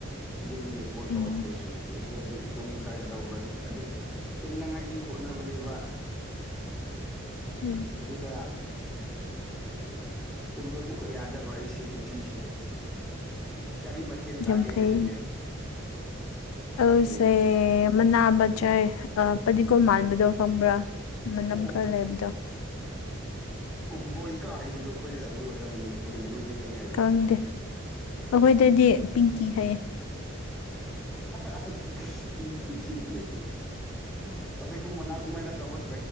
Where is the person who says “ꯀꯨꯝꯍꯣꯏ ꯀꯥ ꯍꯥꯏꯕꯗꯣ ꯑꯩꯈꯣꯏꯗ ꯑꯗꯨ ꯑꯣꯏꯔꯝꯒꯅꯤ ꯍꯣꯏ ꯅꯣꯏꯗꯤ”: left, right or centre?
Centre